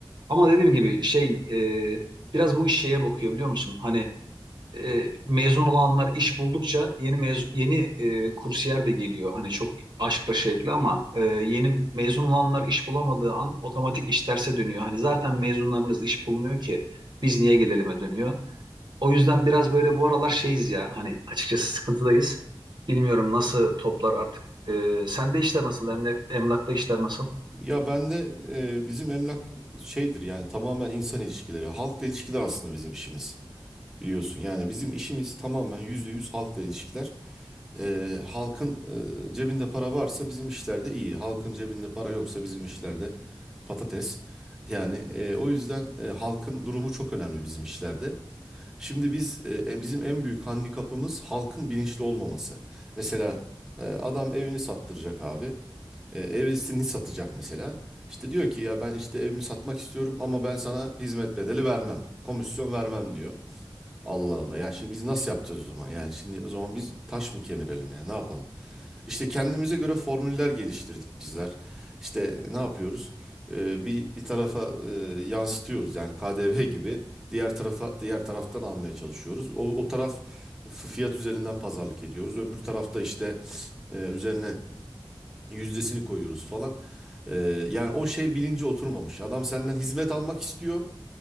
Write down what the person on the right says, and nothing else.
Ama dediğim gibi şey e, biraz bu iş şeye bakıyor biliyor musun? Hani e, mezun olanlar iş buldukça yeni mezun, yeni e, kursiyer de geliyor. Hani çok aşkla şevkle ama e, yeni mezun olanlar iş bulamadığı an otomatik iş terse dönüyor. Hani zaten mezunlarınız iş bulmuyor ki biz niye gelelim'e dönüyor. O yüzden biraz böyle bu aralar şeyiz ya hani açıkçası sıkıntıdayız. Bilmiyorum nasıl toplar artık. E, sende işler nasıl? Emlak, emlakta işler nasıl?